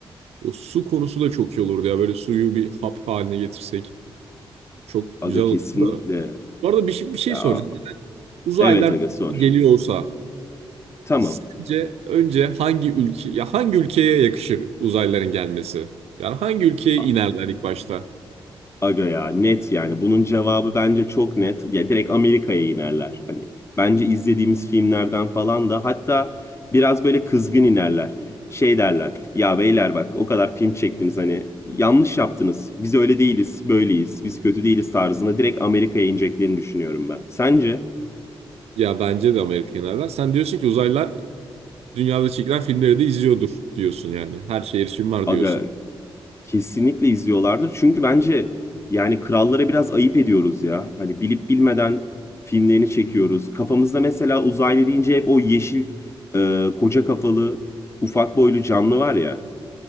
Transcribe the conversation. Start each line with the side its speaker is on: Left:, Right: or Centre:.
Right: O su konusu da çok iyi olurdu ya. Böyle suyu bir hap haline getirsek çok güzel
Left: Aga
Right: olurdu
Left: kesinlikle.
Right: da. Bu arada bir, şey- bir şey
Left: Ya
Right: soracağım. Uzaylılar
Left: Evet aga sor.
Right: geliyor olsa
Left: Tamam.
Right: sence önce hangi ülke ya hangi ülkeye yakışır uzaylıların gelmesi? Yani hangi ülkeye
Left: A-
Right: inerler ilk başta?
Left: Aga ya net yani. Bunun cevabı bence çok net. Ya direkt Amerika'ya inerler. Hani bence izlediğimiz filmlerden falan da hatta biraz böyle kızgın inerler. Şey derler. Ya beyler bak o kadar film çektiniz hani yanlış yaptınız. Biz öyle değiliz, böyleyiz. Biz kötü değiliz tarzında direkt Amerika'ya ineceklerini düşünüyorum ben. Sence?
Right: Ya bence de Amerika inerler. Sen diyorsun ki uzaylılar dünyada çekilen filmleri de izliyordur diyorsun yani. Her şeye erişim var
Left: Aga
Right: diyorsun.
Left: Kesinlikle izliyorlardır. Çünkü bence yani krallara biraz ayıp ediyoruz ya. Hani bilip bilmeden filmlerini çekiyoruz. Kafamızda mesela uzaylı deyince hep o yeşil, e, koca kafalı, ufak boylu canlı var ya.